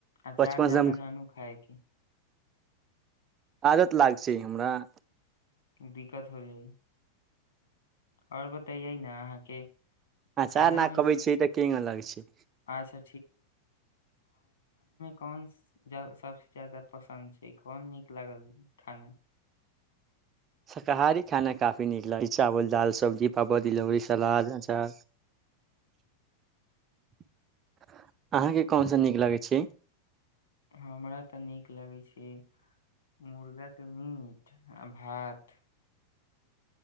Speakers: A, on the left (about 65°); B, on the right (about 25°).
A: आ
B: बचपन
A: चार
B: से
A: जादाा
B: हम
A: ननू खाय की
B: आदत लाग छै हमरा <unintelligible>
A: दिक्कत हो जाइ आओर बतैयै ने अहाँके
B: अचार
A: खाना
B: न
A: मे
B: अबै छी तऽ केी अ लगै ज
A: अच्छा कन सबस जादा पसन्द छै कोन नीक लागल खाना
B: शाकारी खाना काफी नीक लगै छै चावल दाल सब्जी पापड़ तिलौरी सलाद अच अहाँके कोनस नीक लगै छै
A: हमरा तऽ नीक लगैत छै मुर्गाके मीट आ भात